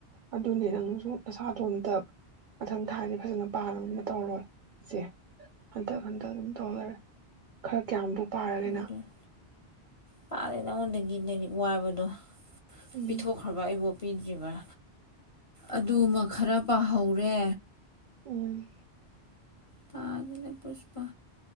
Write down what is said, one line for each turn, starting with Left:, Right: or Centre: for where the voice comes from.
Right: ꯑꯗꯨꯅꯦ ꯅꯪꯁꯨ ꯅꯁꯥꯗꯣꯝꯇ ꯃꯊꯪ ꯊꯥꯗꯤ ꯐꯖꯅ ꯄꯥ <unintelligible> ꯇꯧꯔꯣ ꯏꯆꯦ ꯍꯟꯗꯛ ꯍꯟꯗꯛ ꯑꯗꯨꯝ ꯇꯧꯂꯩꯔꯦ ꯈꯔ ꯀꯌꯥꯝꯕꯨ ꯄꯥꯔꯒꯦ
Left: ꯎꯝ
Right: ꯅꯪ
Left: ꯇꯔꯦ ꯅꯪꯉꯣꯟꯗꯒꯤ ꯂꯥꯏꯔꯤꯛ ꯋꯥꯕꯗꯣ
Right: ꯎꯝ
Left: ꯄꯤꯊꯣꯛꯈ꯭ꯔꯕ ꯑꯩꯕꯣ ꯄꯤꯗ꯭ꯔꯤꯕ꯭ꯔꯥ ꯑꯗꯨꯃ ꯈꯔ ꯄꯥꯍꯧꯔꯦ
Right: ꯎꯝ
Left: ꯄꯥꯗꯦꯗ ꯄꯨꯁꯄꯥ